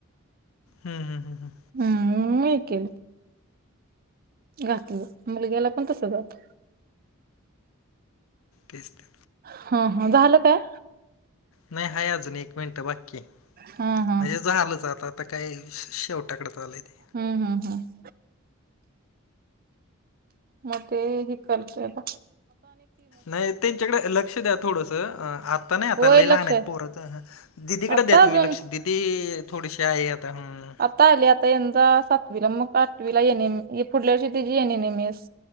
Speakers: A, on the left (about 75°); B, on the right (about 45°).
A: हुं हुं हुं.
B: हा होय की घातलं मुलग्याला पण तसंच आता
A: तेच ते.
B: हा हा झालं काय?
A: नाही, हाय अजून एक मिनिटं बाकीय
B: हा हा
A: म्हणजे झालंच आता आता काय शे शेवटाकडच आलंय ते.
B: हा हा हा. मग ते ही करते बघ.
A: नाही त्यांच्याकडं लक्ष द्या थोडसं, अ आता नाही आता
B: होय
A: लय
B: लक्ष
A: लहान आहेत
B: आहे.
A: पोर दिदीकडं
B: आता
A: द्या
B: अजून
A: तुम्ही लक्ष, दिदी थोडीशी आहे आता हुं.
B: आता आले, आता यंदा सातवीला मग आठवीला एन एम एम पुढल्या वर्षी तिजि एन एम एम एस